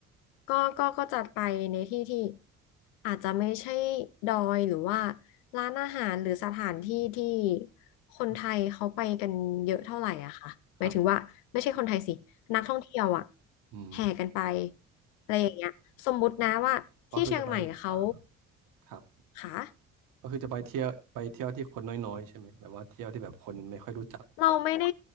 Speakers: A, on the left; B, on the right.
A: ก็ก็ก็จะไปในที่ที่อาจจะไม่ใช่ดอยหรือว่าร้านอาหารหรือสถานที่ที่คนไทยเขาไปกันเยอะเท่าไหร่อะค่ะหมายถึงว่าไม่ใช่คนไทยสิ
B: อืมครับ
A: นักท่องเที่ยวอะ
B: อืม
A: แห่กันไปอะไรอย่างเงี้ยสมมุตินะว่าที่เชียงใหม่เขา
B: ก็คือจะไปอ่าครับ
A: ค่ะ
B: ก็คือจะไปเที่ยวไปเที่ยวที่คนน้อยๆใช่ไหมแบบว่าเที่ยวที่แบบคนไม่ค่อยรู้จัก
A: เราไม่ได้